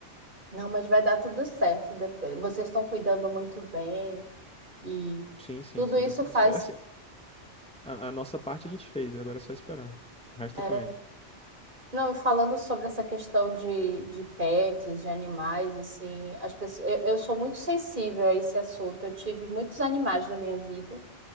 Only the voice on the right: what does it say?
Não, mas vai dar tudo certo. Depois- Vocês estão cuidando muito bem e
tudo
isso
faz.
é,
Não, e falando sobre essa questão de, de pets, de animais, assim, as pessoas, eu, eu sou muito sensível a esse assunto. Eu tive muitos animais na minha vida.